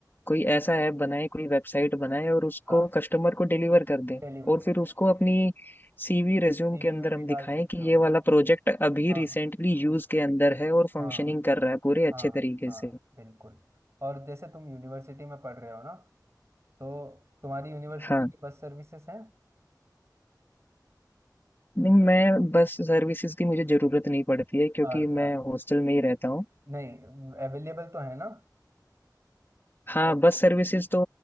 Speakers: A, on the left; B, on the right.
A: कोई ऐसा ऐप बनाए कोई वेबसाइट बनाए और उसको
B: हाँ
A: कस्टमर को डिलीवर कर दें
B: डिलीवर
A: और
B: करते
A: फिर उसको
B: हैं
A: अपनी सीवी रिज्यूम
B: सीवी
A: के अंदर
B: में भी
A: हम
B: डाल
A: दिखाएं
B: सकते
A: कि
B: हो
A: ये
B: हाँ
A: वाला प्रोजेक्ट अभी
B: हाँ
A: रिसेंटली यूज के अंदर है और फंक्शनिंग
B: हाँ
A: कर रहा है पूरे अच्छे
B: हाँ
A: तरीके
B: हाँ
A: से
B: बिल्कुल और जैसे तुम यूनिवर्सिटी में पढ़ रहे हो ना तो तुम्हारी यूनिवर्सिटी
A: हाँ
B: की बस सर्विसेज हैं
A: नहीं मैं बस सर्विसेज की मुझे ज़रूरत नहीं पड़ती है क्योंकि
B: अच्छा
A: मैं हॉस्टल में ही रहता हूँ
B: नहीं अवेलेबल तो है ना
A: हाँ
B: Bus
A: बस
B: service
A: सर्विसेज तो